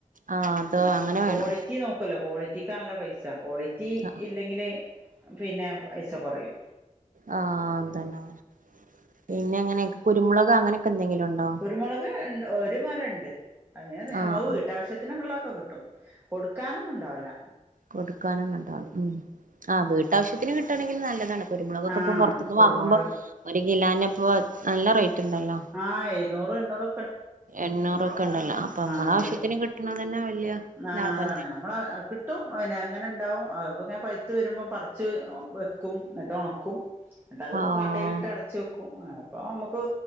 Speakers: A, on the right (about 85°); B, on the right (about 15°).
A: ആ അത് അങ്ങനെ
B: ക്വാളിറ്റി
A: വേണം
B: നോക്കല്ലോ ക്വാളിറ്റിക്കാണല്ലോ പൈസ. ക്വാളിറ്റി
A: ആ
B: ഇല്ലെങ്കില് പിന്നെ പൈസ കൊറയും.
A: ആഹ് അതെന്നേ, പിന്നെ ങ്ങനെയൊക്കെ കുരുമുളക് അങ്ങനെയൊക്കെ എന്തെങ്കിലും ഉണ്ടോ?
B: കുരുമുളക് ഇ ഒരു മരോണ്ട് അതിനെ
A: ആഹ്
B: നമ്മക്ക് വീട്ടാവശ്യത്തിന്
A: ആഹ്
B: ഒള്ളക്കെ കിട്ടും കൊടുക്കാനൊന്നും ഉണ്ടാവില്ല
A: കൊടുക്കാനും ഇണ്ടാവും ഉം ആഹ് വീട്ടാവശ്യത്തിന് കിട്ടാണെങ്കിൽ നല്ലതാണ് കുരുമുളകൊക്കെ
B: ആഹ്
A: ഇപ്പം പൊറത്ത്
B: കുരുമുളക്
A: വാങ്ങുമ്പോ ഒരു കിലന് ഇപ്പോ നല്ല റേറ്റ് ഇണ്ടല്ലോ
B: ആഹ് എഴുന്നൂറ് എണ്ണൂറ്
A: എണ്ണൂറ് ഒക്കെ ഇണ്ടല്ലോ അപ്പം അമ്മള്
B: ഉണ്ട്
A: ആവശ്യത്തിന് കിട്ടണത് തന്നെ വല്യയ
B: ആഹ്
A: ലാഭം
B: അതാണ്
A: തന്നെ
B: നമ്മള് കിട്ടും പിന്നെ എങ്ങനെ ഇണ്ടാവും അപ്പങ്ങനെ പൈത്ത് വരുമ്പം പറി ച്ച് വെക്കും എന്നിട്ട് ഉണക്കും എന്നിട്ട് അത്
A: ആഹ്
B: പാട്ടയിലിട്ട് അട ച്ച് വെക്കും അപ്പം നമ്മുക്ക്